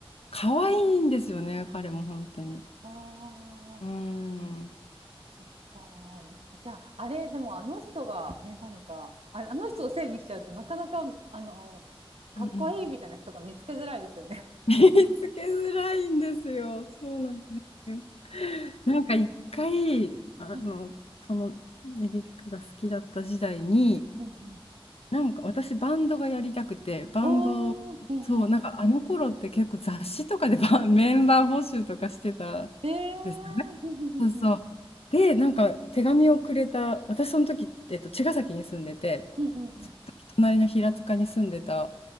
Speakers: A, on the left; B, on the right.
A: 可愛いんですよね、彼も本当に。
B: あ
A: うーん。
B: あ、
A: うん
B: そっか。じゃあ、あれ、でもあの人がね、なんか、あ、あの人をせいにしちゃうとなかなか、あの、かっこいいみたいな人が見つけづらいですよね。
A: うん。<laughs> 見つけづらいんですよ。そうなんですよ。<laughs> なんか一回、あの、
B: うん
A: そのエリックが好きだった時代に、
B: うんうん
A: なんか私バンドがやりたくて、バンド、
B: おー、うんうん。
A: そう、なんかあの頃って結構雑誌とかでバン <laughs> メンバー募集とかしてたん
B: ええ
A: ですよね。
B: ー、うんうんうん
A: そうそう。で、なんか手紙をくれた、私その時、えっと、茅ヶ崎に住んでて、
B: うんうんうんうん
A: その時隣の平塚に住んでた、